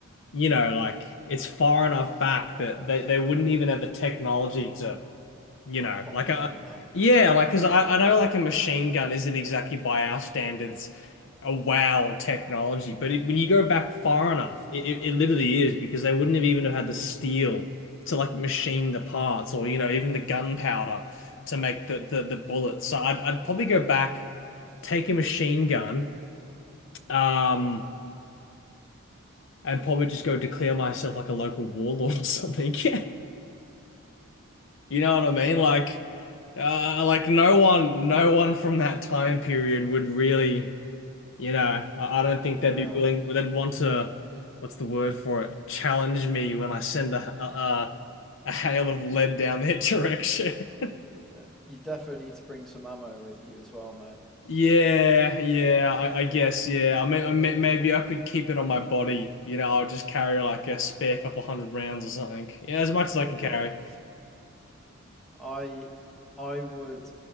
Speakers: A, on the left; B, in the centre.
A: you know like it's far enough back that they, they wouldn't even have the technology to you know,
B: Comprehend
A: like a
B: that.
A: yeah,
B: Yeah.
A: like because I, I know like a machine gun isn't exactly by our standards a wow technology, but it, when you go back far enough, it, it, it literally is because they wouldn't have even have had the steel to like machine the parts or you know even the gunpowder to make the the, the bullets. So I'd I'd probably go back, take a machine gun, um, and probably just go declare myself like a local warlord or something. <laughs> You know what I mean?
B: Right.
A: Like, uh, like no one, no one from that time period would really, you know, I, I don't think
B: Yeah.
A: they'd be willing, they'd want to, what's the word for it? Challenge me when I send a, a, a hail of lead down their <laughs> direction.
B: Yeah. You definitely need to bring some ammo with you as well, mate.
A: Yeah, yeah, I, I guess, yeah. I mean, I may, maybe I could keep it on my body. You know, I'll just carry like a spare couple hundred rounds or something. Yeah, as much as I
B: Yeah.
A: can carry.
B: I I would